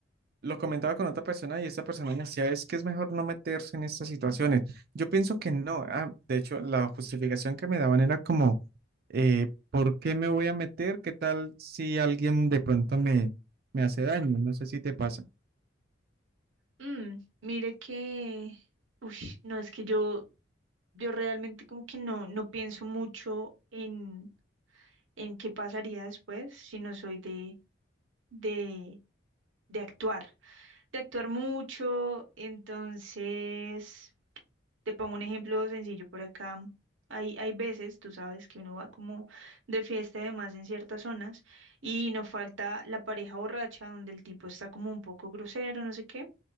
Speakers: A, on the right (about 50°); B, on the right (about 80°).
A: lo comentaba con otra persona y esta persona me decía, es que es mejor no meterse en estas situaciones. Yo pienso que no. Ah, de hecho, la justificación que me daban era como, eh, ¿por qué me voy a meter? ¿Qué tal si alguien de pronto me, me hace daño? No sé si te pasa.
B: Mm, mire que... Uy, no, es que yo yo realmente como que no, no pienso mucho en, en qué pasaría después, sino soy de, de, de actuar, de actuar mucho. Entonces, te pongo un ejemplo sencillo por acá. Hay, hay veces, tú sabes, que uno va como de fiesta y demás en ciertas zonas y no falta la pareja borracha donde el tipo está como un poco grosero, no sé qué.